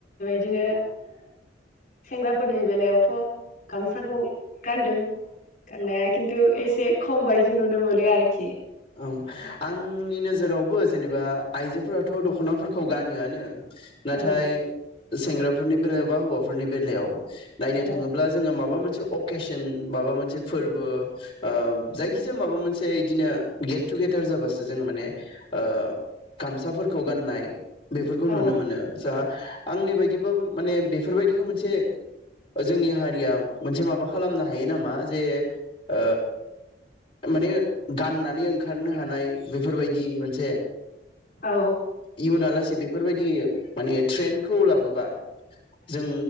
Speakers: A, on the left; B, on the left.
A: बिदिनो सेंग्राफोरनि बेलायावथ' गामसाखौ गानदों गाननाया खिन्थु एसे खम बायदि नुनो मोनो आरोखि।
B: ओ आंनि नोजोरावबो जेनेबा आइजोफोराथ' दख'नाफोरखौ गानोआनो नाथाय
A: औ
B: सेंग्राफोरनि बेलायाव बा हौवाफोरनि बेलायाव नायनो
A: औ
B: थाङोब्ला जोङो माबा मोनसे अकेशन माबा मोनसे फोरबो ओ जायखिजाया माबा मोनसे इदिनो गेट टुगेदार जाबासो जों माने ओ गामसाफोरखौ गाननाय बेफोरखौ
A: औ
B: नुनो मोनो। स आंनि बायदिबाबो माने बेफोरबायदिखौ मोनसे जोंनि हारिया मोनसे माबा खालामनो हायो नामा जे ओ माने गानना ओंखारनो हानाय बेफोरबायदि मोनसे
A: औ
B: इयुनालासे बे बेफोरबायदि माने ट्रेन्डखौ लाबोबा जों